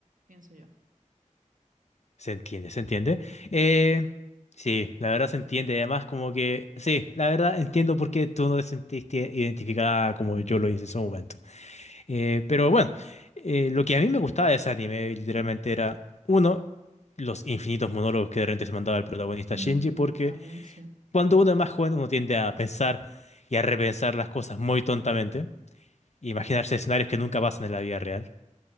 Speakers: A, on the right (about 85°); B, on the left (about 55°).
A: pienso yo.
B: Se entiende, se entiende. Eh, sí, la verdad se entiende. Además, como que, sí, la verdad entiendo por qué tú no te sentiste identificada como
A: Ujú.
B: yo lo hice en su momento. Eh, pero bueno, eh, lo que a mí me gustaba de ese anime, literalmente, era, uno, los infinitos monólogos que de repente se mandaba el protagonista
A: Mm,
B: Shinji, porque
A: también, sí.
B: cuando uno es más joven, uno tiende a pensar y a repensar las cosas muy tontamente, e imaginarse escenarios que nunca pasan en la vida real.